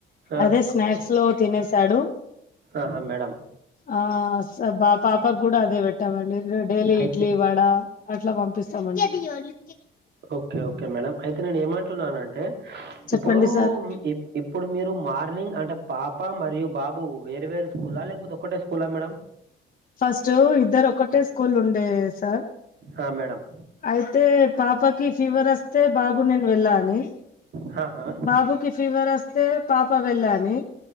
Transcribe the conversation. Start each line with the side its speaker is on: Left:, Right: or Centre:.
Right: ఆ,
Left: అదే స్నాక్స్ లో తినేసాడు
Right: ఆహా మేడం
Left: ఆ స బ పాపక్ గుడా అదే వెట్టామండి డైలీ
Right: అయితే
Left: ఇడ్లీ వడ అట్లా వంపిస్తాం అండి
Right: ఓకే ఓకే మేడం అయితే నేన్ ఏమంటున్నానంటే
Left: చెప్పండి
Right: ఇప్పుడూం
Left: సార్
Right: ఇప్ ఇప్పుడు మీరు మార్నింగ్ అంటే పాప మరియు బాబు వేరువేరు స్కూలా లేకపోతే ఒక్కటే స్కూలా మేడం
Left: ఫస్టు ఇద్దర్ ఒకటే స్కూల్ ఉండే సార్
Right: ఆ, మేడం
Left: అయితే పాపకి ఫీవర్ అస్తే బాబు నేన్ వెళ్ళ అని
Right: హహా
Left: బాబుకి ఫీవర్ అస్తే పాప వెళ్ళ అని